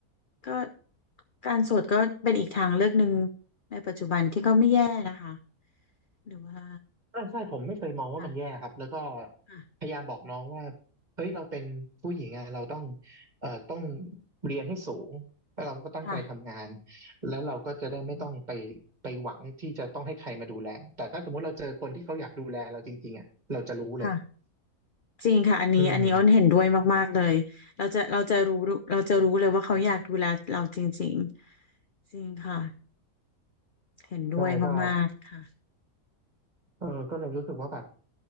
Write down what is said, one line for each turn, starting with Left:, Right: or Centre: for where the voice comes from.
Left: ก็การโสดก็เป็นอีกทางเลือกหนึ่งในปัจจุบันที่ก็ไม่แย่นะคะหรือว่า
Right: ใช่ใช่ผมไม่เคยมองว่ามันแย่ครับแล้วก็
Left: ค่ะ
Right: พยายามบอกน้องว่าเฮ้ยเราเป็นผู้หญิงอะเราต้องเอ่อต้องเรียนให้สูงแล้วเราก็ตั้งใจทำงาน
Left: ค่ะค่ะ
Right: แล้วเราก็จะได้ไม่ต้องไป
Left: อืม
Right: ไปหวังที่จะต้องให้ใครมาดูแลแต่ถ้าสมมติเราเจอคนที่เขาอยากดูแลเราจริงๆอ่ะเราจะรู้เลย
Left: ค่ะจริงค่ะอันนี้อันนี้อ้นเห็นด้วยมากๆเลยเราจะเราจะรู้เราจะรู้เลยว่าเขาอยากดูแลเราจริงๆจริงค่ะ
Right: อืม
Left: เห็นด้วยมากๆค่ะ
Right: ใช่ก็เออก็เลยรู้สึกว่าแบบ